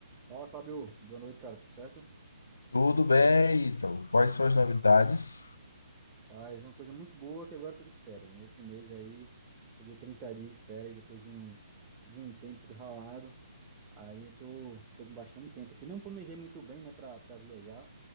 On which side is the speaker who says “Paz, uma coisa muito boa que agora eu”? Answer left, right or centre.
Right